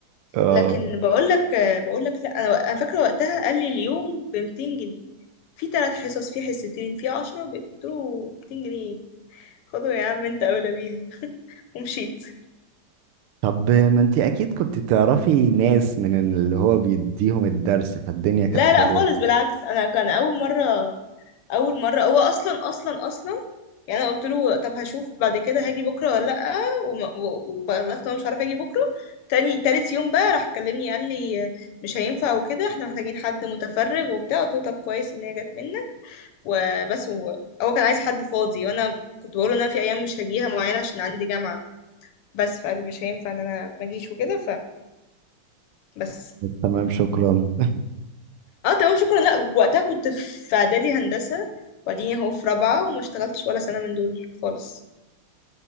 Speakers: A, on the right; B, on the left.
A: اه
B: لكن بقول لك بقول لك لا انا انا فاكرة وقتها قال لي اليوم ب 200 جنيه في ثلاث حصص في حصتين في 10 قلت له 200 جنيه خدوا يا عم انت اولى بيها ومشيت
A: طب ما انت اكيد كنت تعرفي ناس من اللي هو بيديهم الدرس فالدنيا كانت
B: لا
A: حلوة
B: لا خالص بالعكس انا كان اول مره اول مره هو اصلا اصلا اصلا يعني انا قلت له طب هشوف بعد كده هاجي بكره ولا لا وما- و- وبلغت إن انا مش عارفه اجي بكره تاني تالت يوم بقى راح كلمني قال لي مش هينفع وكده احنا محتاجين حد متفرغ وبتاع قلت له طب كويس ان هي جت منك وبس هو هو كان عايز حد فاضي وانا كنت بقول له ان انا في ايام مش هجيها معينه عشان عندي جامعه بس فقال لي مش هينفع ان انا ما اجيش وكده فبس
A: تمام شكرا
B: اه تمام شكرا لا وقتها كنت في اعدادي هندسه وبعدين اهو في رابعه وما اشتغلتش ولا سنه من دول خالص